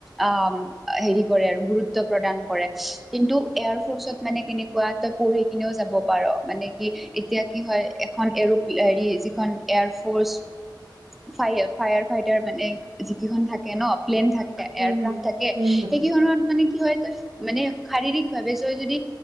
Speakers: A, in the centre; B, on the right (about 80°).
A: আ। হেৰি কৰে আৰু গুৰুত্ব প্ৰদান কৰে। কিন্তু, এয়াৰ ফৰ্চত মানে কেনেকুৱা ত পঢ়ি কিনেও। যাব পাৰ। মানে কি এতিয়া কি হয়, এখন এৰ হেৰি যিখন air force. Fire fire fighter মানে যিকেইখন থাকে ন প্লেন থাকে এয়াৰক্ৰাফ্ট
B: উম হম
A: থাকে,
B: উম হম
A: সেই কি সময়ত মানে কি হয়তো মানে শাৰীৰিক ভাৱে তই যদি